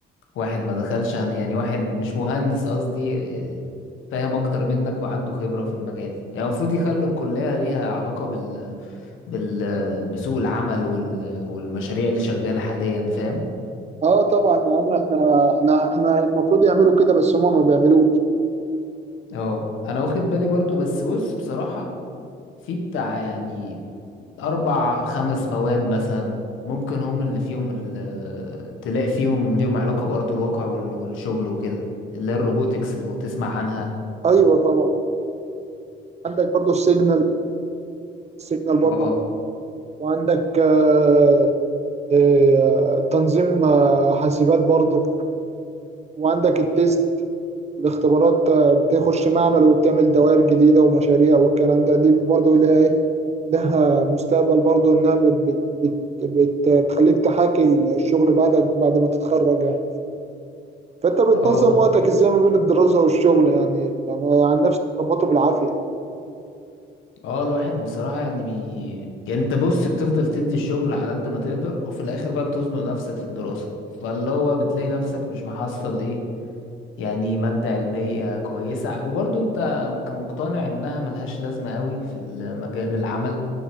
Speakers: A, on the left; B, on the right.
A: واحد ما دخلش هن- يعني واحد مش مهندس قصدي إيه، فاهم اكتر منك وعنده خبرة في المجال يعني المفروض يخلوا الكلية ليها علاقة بال... بال... بسوق العمل وال... والمشاريع اللي شغالة حاليا فاهم
B: اه طبعا يا عم احنا احنا احنا المفروض يعملوا كده بس هما ما بيعملوش
A: اه انا واخد بالي برضو بس بص بصراحة في بتاع يعني اربع خمس مواد مثلا ممكن هم اللي فيهم اللي تلاقي فيهم ليهم علاقة بأرض الواقع وال- والشغل وكده اللي هي الروبوتكس لو تسمع عنها
B: ايوه طبعا عندك برضو السيجنال السيجنال برضو
A: اه
B: وعندك آه آه تنظيم آه حاسبات برضو وعندك التيست الاختبارات آه، بتخش معمل وبتعمل دوائر جديدة ومشاريع والكلام ده دي برضو اللي هي إيه، لها مستقبل برضه انها بت بت بت بت بتخليك تحاكي الشغل بعدك بعد ما تتخرج يعني فانت بتنظم
A: اه
B: وقتك ازاي ما بين الدراسة والشغل يعني انا عن نفسي بظبطه بالعافية
A: اه الواحد بصراحة يعني بي يعني انت بص بتفضل تدي الشغل على قد ما تقدر وفي الاخر بقى بتزنق نفسك في الدراسة فاللي هو بتلاقي نفسك مش محصل ايه يعني مادة علمية كويسة وبرضه انت ك- مقتنع انها ملهاش لازمة قوي في مجال العمل